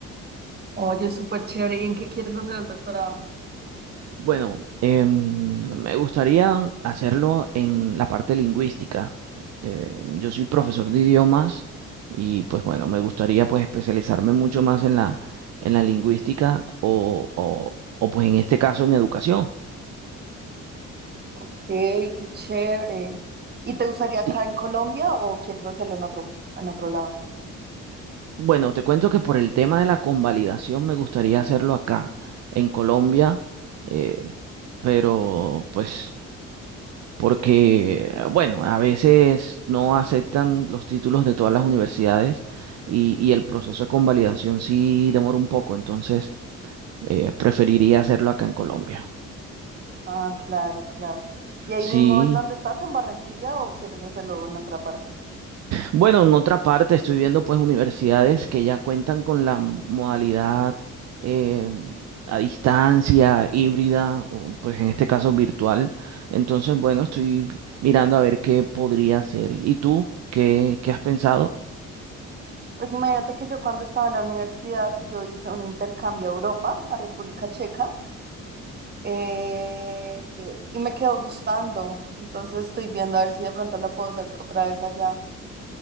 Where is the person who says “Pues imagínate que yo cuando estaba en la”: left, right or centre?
Right